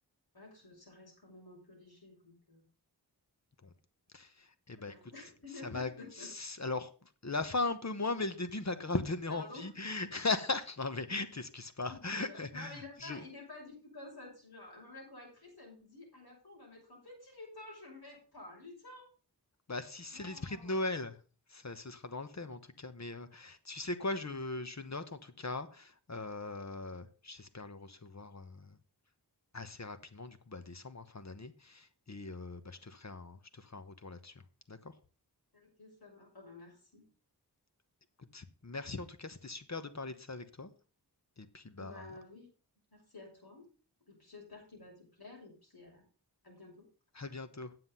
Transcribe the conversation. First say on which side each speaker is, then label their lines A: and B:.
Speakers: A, on the left; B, on the left.
A: voilà, que ce- ça reste quand même un peu léger. Donc, euh,
B: bon. Eh ben
A: voilà.
B: écoute,
A: <laughs>
B: ça m'a s alors la fin un peu moins, mais le début <laughs> m'a grave donné
A: Pardon.
B: envie. <laughs> Non mais t'excuses pas.
A: Excuse-moi.
B: <laughs>
A: Non, mais il a pas,
B: Je
A: il n'est pas du tout comme ça, tu vois. Même la correctrice, elle me dit, à la fin, on va mettre un petit lutin. Je mets pas un lutin.
B: bah, si
A: Non.
B: c'est l'esprit de Noël, ça ce sera dans le thème en tout cas, mais heu, tu sais quoi?
A: Ouais.
B: Je je note en tout cas, heu, j'espère le recevoir, heu, assez rapidement du coup, bah, décembre, hein, fin d'année et heu, bah, je te ferai un je te ferai un retour là-dessus, hein. D'accord?
A: Ok, ça marche. Ah bah merci.
B: Écoute, merci en tout cas, c'était super de parler de ça avec toi et puis, bah,
A: Bah oui, merci à toi. Et puis j'espère qu'il va te plaire et puis euh, à bientôt.
B: à bientôt.